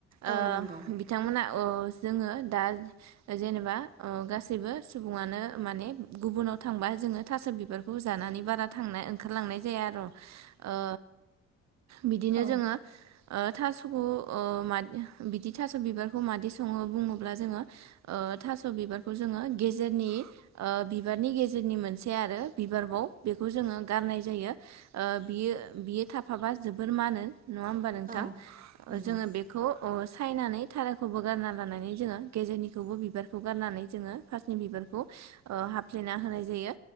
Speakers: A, on the right (about 30°); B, on the right (about 65°).
A: औ
B: ओ
A: नंगौ
B: बिथांमोना ओ जोङो दा जेनेबा ओ गासै सैबो सुबुङानो माने गुबुनाव थांबा जोङो थास' बिबारखौ जानानै बारा थांना ओंखारलांना थांनाय जाया आरो ओ बिदिनो
A: औ
B: जोङो ओ थास' ओ मादि बिदि थास' बिबारखौ मादि सङो बुङोब्ला जोङो ओ बा थास' बिबार जोङो गेजेरनि ओ बिबारनि गेजेरनि मोनसे आरो बिबारबाव बेखौ जोङो गार नाय जायो ओ बियो बियो थाफाबा जोबोर माहोनो नङा होमबा नोंथां?
A: औ नंगौ
B: ओ जोङो बेखौ ओस सायनानै थाराखौबो गारना लानानै जोङो गेजेरनिखौबो बिबारखौ गारनानै जोङो फासनि बिबारखौ ओ हाफ्लेना होनाय जायो